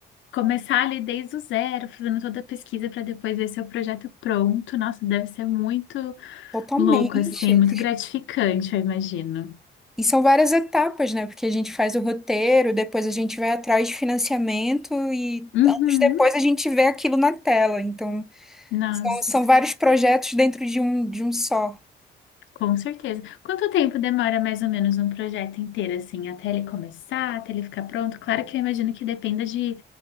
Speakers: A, on the left; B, in the centre.
A: começar ali desde o zero, fazendo toda a pesquisa para depois ver seu projeto pronto. Nossa, deve ser muito
B: totalmente.
A: louco, assim, muito gratificante, eu imagino.
B: E são várias etapas, né? Porque a gente faz o roteiro, depois a gente vai atrás de financiamento e
A: Uhum.
B: anos depois a gente vê aquilo na tela. Então,
A: Nossa.
B: São, são vários projetos dentro de um, de um só.
A: Com certeza. Quanto tempo demora mais ou menos um projeto inteiro, assim, até ele começar, até ele ficar pronto? Claro que eu imagino que dependa de